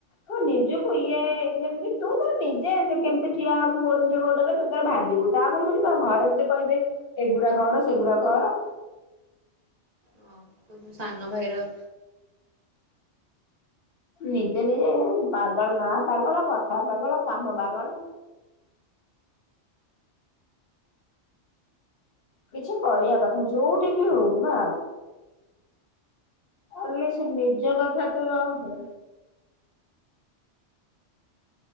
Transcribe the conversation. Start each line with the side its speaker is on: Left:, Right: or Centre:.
Left: ତୁ ନିଜକୁ ଇଏ ଯେମିତି ତୁ ତୋର ନିଜେ କେମିତି ଠିଆ ହବୁ ଗୋଟେ ଗୋଡ଼ରେ। ଟି ତୋର ଭାବିବୁ ତାବୋଲି ତ ତେ ଘରେ ତତେ କହିବେ ଏଗୁରା କର ସେ ସେଗୁରା କର।
Right: ହଁ <unintelligible> ସାନ ଭାଇ ର
Left: ନିଜେ ନିଜେ ପାଗଳ ନା ପାଗଳ କଥା ପାଗଳ କାମ ପାଗଳ କିଛି କରିବା କଥା ଯୋଉଠି ବି ହଉ ନା? କଲେ ସେ ନିଜ କଥା ତ ରଖେ।